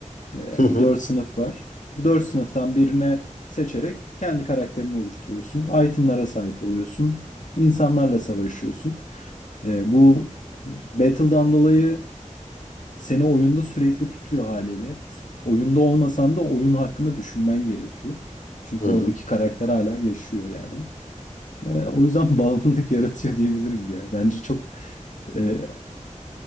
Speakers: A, on the left (about 65°); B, on the left (about 85°).
A: E,
B: Hı hı,
A: dört sınıf var. Bu dört sınıftan birine seçerek kendi karakterini oluşturuyorsun. Itemlara sahip oluyorsun. İnsanlarla savaşıyorsun. E, bu Battle'dan dolayı Seni oyunda sürekli tutuyor haliyle. Oyunda olmasan da oyun hakkında düşünmen gerekiyor. Çünkü
B: hı
A: oradaki
B: hı.
A: karakter hala yaşıyor yani. Ee, o yüzden <laughs> bağımlılık yaratıyor diyebilirim diye. Bence çok e,